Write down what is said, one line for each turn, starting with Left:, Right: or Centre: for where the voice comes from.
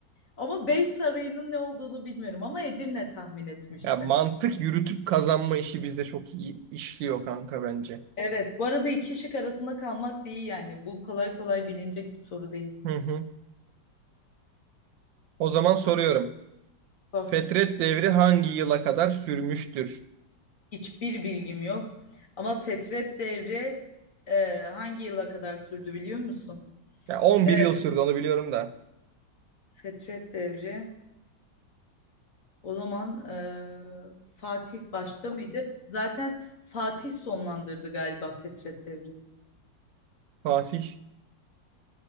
Left: Ama Bey Sarayı'nın ne olduğunu bilmiyorum ama Edirne tahmin etmiştim.
Right: Ya mantık yürütüp kazanma işi bizde çok iyi işliyor kanka bence.
Left: Evet. Bu arada iki şık arasında kalmak da iyi yani. Bu kolay kolay bilinecek bir soru değil.
Right: Hı hı. O zaman soruyorum.
Left: Sor.
Right: Fetret devri hangi yıla kadar sürmüştür?
Left: Hiçbir bilgim yok. Ama Fetret Devri e, hangi yıla kadar sürdü biliyor musun?
Right: Ya 11
Left: E,
Right: yıl sürdü onu biliyorum da.
Left: Fetret Devri o zaman e, Fatih başta mıydı? Zaten Fatih sonlandırdı galiba Fetret Devri'ni.
Right: Fatih